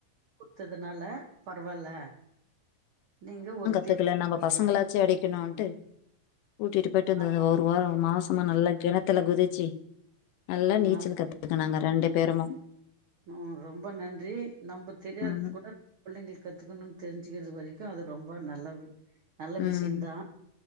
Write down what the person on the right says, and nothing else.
குடுத்ததுனால பரவாயில்ல நீங்க ஒரு தெரிங்க
ம்
ஆமா
ம்
உம் ரொம்ப நன்றி நம்ம தெரியாதது
கூட பிள்ளைகள் கத்துக்கணும்னு தெரிஞ்சுக்கிறது வரைக்கும் அது ரொம்ப நல்லது நல்ல
விஷயம்தா